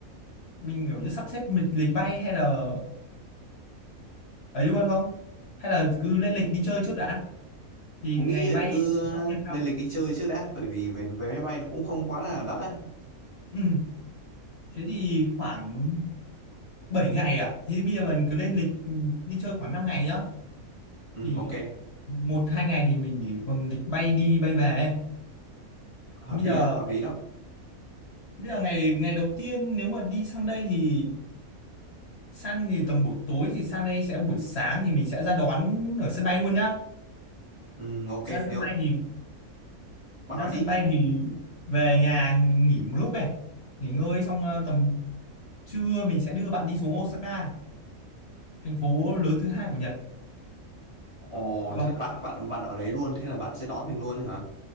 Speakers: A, on the left; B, on the right.
A: Mình kiểu như sắp xếp lịch, lịch bay hay là ấy luôn không? Hay là cứ lên lịch đi chơi trước đã thì
B: Tú
A: ngày
B: nghĩ là
A: bay
B: cứ ờ,
A: sắp xếp sau.
B: lên lịch đi chơi trước đã, bởi vì vé vé máy bay nó cũng không quá là đắt á.
A: Ừ, thế thì khoảng 7 ngày à? Thì bây giờ mình cứ lên lịch ừ, đi chơi khoảng 5 ngày nhá.
B: Ừ
A: Thì
B: ok,
A: một hai ngày thì mình để còn lịch bay đi bay về.
B: hợp
A: Thì bây
B: lý
A: giờ
B: đó, hợp lý đó.
A: bây giờ ngày ngày đầu tiên nếu mà đi sang đây thì sang thì tầm buổi tối thì sang đây sẽ buổi sáng thì mình sẽ ra đón ở sân bay luôn nhá
B: Ừ ok,
A: ra sân
B: nếu
A: bay thì
B: bạn
A: ra
B: nói đi.
A: sân bay thì về nhà mình nghỉ một lúc này nghỉ ngơi xong ờ, tầm trưa mình sẽ đưa bạn đi xuống Osaka thành phố lớn thứ hai của Nhật
B: Ồ,
A: được không
B: thế là bạn bạn bạn ở đấy luôn, thế là bạn sẽ đón mình luôn ấy hả?